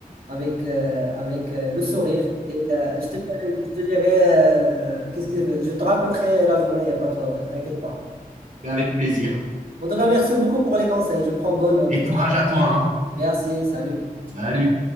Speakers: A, on the right; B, on the right.
A: avec, euh, avec euh, le sourire. Et euh, je te dirai, je te dirai, euh, qu'est-ce que, je te raconterai la journée, y a pas de, t'inquiète pas.
B: Ben, avec plaisir.
A: En tout cas, merci beaucoup pour les conseils, je prends bonne note.
B: Et courage à toi, hein.
A: Merci, salut.
B: Salut.